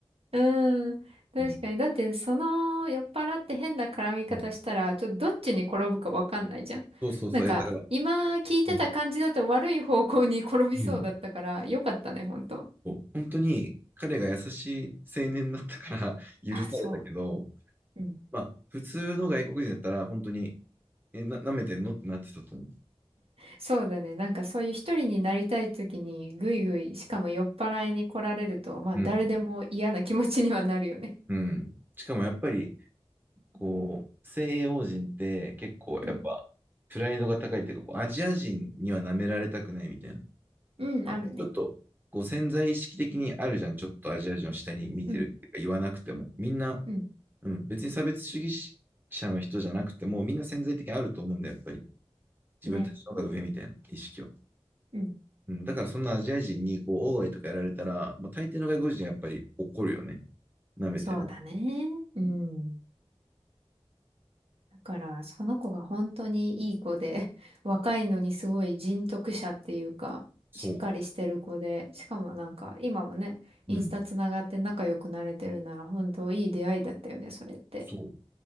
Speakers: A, on the right; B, on the right.
A: うん、確かに。
B: うん。
A: だって、その酔っ払って変な絡み方したら、
B: うん
A: ちょっとどっちに転ぶかわかんないじゃん。
B: そうそうそう。
A: なんか、
B: え、だから、
A: 今聞いてた感じだと悪い方向に転びそうだったから、
B: うん。うん
A: よかったね、ほんと。
B: そう本当に彼が優しい青年だったから許されたけど、
A: あ、そう。うん、
B: まあ、普通の外国人だったら本当に、え、な、舐めてんのってなってたと思う。
A: そうだね。なんかそういう一人になりたい時にぐいぐい、しかも酔っ払いに来られると、まあ誰でも嫌な気持ちにはなるよね。
B: うん。うん。しかもやっぱり、こう、西洋人って結構やっぱプライドが高いっていうか、
A: うん。
B: こうアジア人には舐められたくないみたいな。
A: うん、
B: あちょっと、
A: あるね。
B: こう潜在意識的にあるじゃん。ちょっとアジア人を下に見てるっていうか言わなくても。
A: うん。
B: みんな、
A: うん。
B: うん、別に差別主義者の人じゃなくても、みんな潜在的にあると思うんだよ、やっぱり。自分たちの方が上みたいな意識は。
A: ね。うん。
B: うん、だからそんなアジア人にこう、オーアイとかやられたら、まあ、大抵の外国人はやっぱり怒るよね。舐めてるの。
A: そうだね。うん。だから、その子が本当にいい子で、<laughs> 若いのにすごい人徳者っていうか、
B: そう。
A: しっかりしてる子で、しかもなんか今もね、
B: うん。
A: インスタつながって仲良くなれてるなら本当いい出会いだったよね、それって。
B: そう。